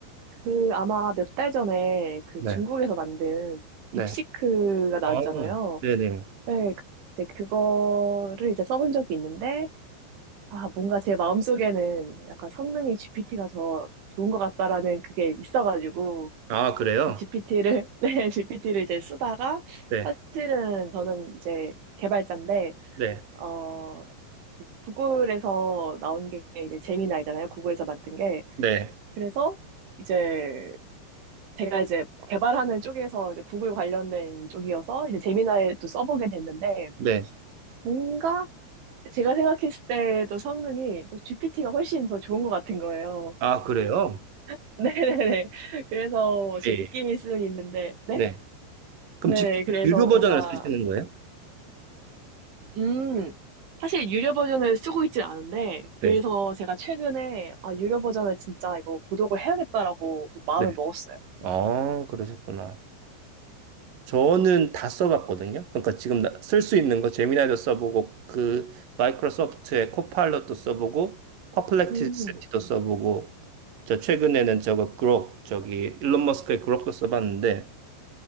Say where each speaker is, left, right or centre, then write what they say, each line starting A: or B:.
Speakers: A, on the right (about 90°); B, on the right (about 50°).
A: 그 아마 몇 달 전에 그
B: 네.
A: 중국에서 만든
B: 네.
A: 딥시크가 나왔잖아요.
B: 아, 네네.
A: 네, 그- 이제 그거를 이제 써본 적이 있는데, 아, 뭔가 제 마음속에는 약간 성능이 GPT가 더 좋은 것 같다라는 그게 있어가지고,
B: 아, 그래요?
A: GPT를, <laughs> 네, GPT를 이제 쓰다가,
B: 네.
A: 사실은 저는 이제 개발자인데,
B: 네.
A: 어, 그 구글에서 나온 게 이제 제미나이잖아요. 구글에서 만든 게.
B: 네.
A: 그래서 이제 제가 이제 개발하는 쪽에서 이제 구글 관련된 쪽이어서 이제 제미나이 또 써보게 됐는데,
B: 네.
A: 뭔가 제가 생각했을 때도 성능이 또 GPT가 훨씬 더 좋은 것 같은 거예요.
B: 아, 그래요?
A: <laughs> 네네네. 그래서 제
B: 네.
A: 느낌일 수는 있는데, 네?
B: 네. 그럼
A: 네,
B: 집
A: 그래서
B: 유료
A: 뭔가
B: 버전을 쓰시는 거예요?
A: 음, 사실 유료 버전을 쓰고 있진 않은데, 그래서
B: 네.
A: 제가 최근에, 아, 유료 버전을 진짜 이거 구독을 해야겠다라고 좀 마음을
B: 네.
A: 먹었어요.
B: 아, 그러셨구나. 저는 다 써봤거든요. 그러니까 지금 쓸 수 있는 거 제미나이도 써보고 그 마이크로소프트의 코파일럿도 써보고 퍼플렉시티도
A: 음,
B: 써보고 저 최근에는 저거 그록 저기 일론 머스크의 그록도 써봤는데